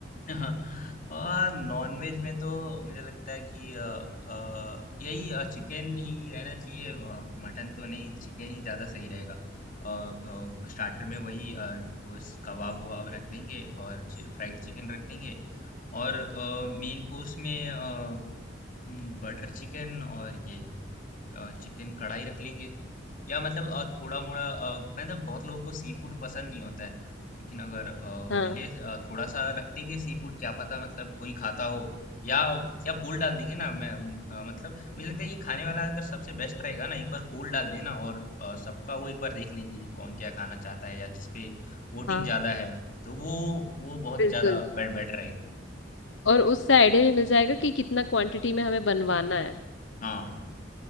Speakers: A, on the left; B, on the left.
A: हाँ और नॉनवेज में तो मुझे लगता है कि अ, अ, यही चिकन ही रहना चाहिए मटन तो नहीं चिकन ही ज़्यादा सही रहेगा और स्टार्टर में वही अ, वो स- कबाब वबाब रख देंगे और फ्राइड चिकन रख देंगे और मेन कोर्स में हुँ, बटर चिकन और ये अ, चिकन कढ़ाई रख लेंगे। या मतलब अ, थोड़ा-मोड़ा अ, मतलब बहुत लोगों को सी फूड पसंद नहीं होता है। लेकिन अगर अ,
B: हाँ
A: मिले अ, थोड़ा-सा रख देंगे सी फूड क्या पता मतलब कोई खाता हो या या पोल डाल देंगे ना मैं अ, मतलब मुझे लगता है ये खाने वाला अगर सबसे बेस्ट रहेगा ना एक बार पोल डाल देना और अ, सबका वो एक बार देख लेंगे कि कौन क्या खाना चाहता है या जिसपे वोटिंग
B: हाँ
A: ज़्यादा है, तो वो वो बहुत
B: बिल्कुल
A: ज़्यादा बे बेटर रहेगा।
B: और उससे आइडिया भी मिल जाएगा कि कितना क्वांटिटी में हमें बनवाना है
A: हाँ।